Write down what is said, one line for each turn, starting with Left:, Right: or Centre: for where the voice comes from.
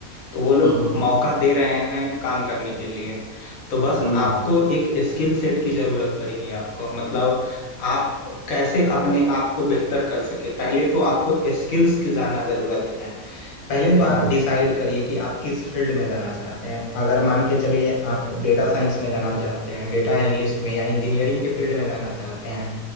Left: तो वो लोग
Right: हम्म
Left: मौका दे रहे हैं काम करने के लिए तो बस
Right: हम्म
Left: आपको
Right: हम्म
Left: एक स्किल सेट की जरूरत पड़ेगी आपको मतलब आप कैसे अपने आप को बेहतर कर सके पहले तो आपको स्किल्स की जानना जरूरत है पहले तो
Right: हम्म
Left: आप डिसाइड करिए कि आप किस फील्ड में जाना चाहते हैं अगर मान के चलिए आप डेटा साइंस में जाना चाहते हैं डेटा एनालिस्ट में या इंजीनियरिंग के फील्ड में जाना चाहते हैं